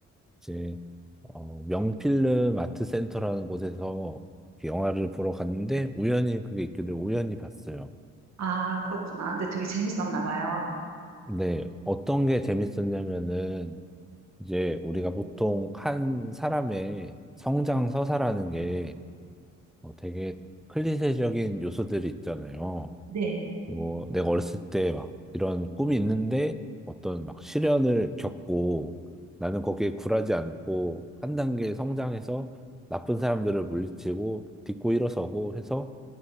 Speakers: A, in the centre; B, on the right.
A: 이제 어, 명필름 아트센터라는 곳에서 이렇게 영화를 보러 갔는데 우연히 그게 있길래 우연히 봤어요.
B: 아, 그렇구나. 근데 되게 재밌었나 봐요.
A: 근데 어떤 게 재밌었냐면은 이제 우리가 보통 한 사람의 성장 서사라는 게 어, 되게 클리셰적인 요소들이 있잖아요.
B: 네,
A: 뭐 내가 어렸을 때 막 이런 꿈이 있는데 어떤 막 시련을 겪고 나는 거기에 굴하지 않고 한 단계 성장해서 나쁜 사람들을 물리치고 딛고 일어서고 해서